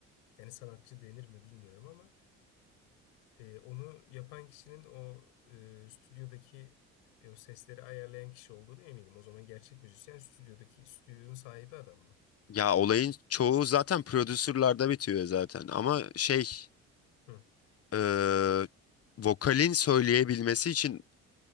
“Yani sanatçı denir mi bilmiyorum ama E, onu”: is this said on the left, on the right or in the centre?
Left